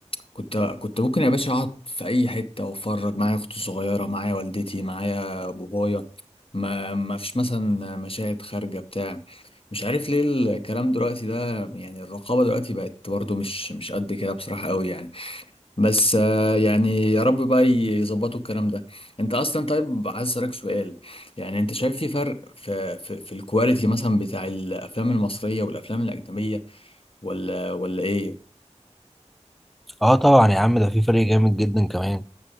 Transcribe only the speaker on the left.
كنت كنت ممكن يا باشا اقعد في اي حته واتفرج معايا اختي الصغيره معايا والدتي معايا بابايا ما ما فيش مثلا مشاهد خارجه بتاع مش عارف ليه الكلام دلوقتي ده يعني الرقابه دلوقتي بقت برضو مش مش قد كده بصراحه قوي يعني بس آه، يعني يا رب بقى يظبطوا الكلام ده انت اصلا طيب عايز اسالك سؤال يعني انت شايف في فرق في في, في الكواليتي مثلا بتاع الافلام المصريه والافلام الاجنبيه ولا ولا ايه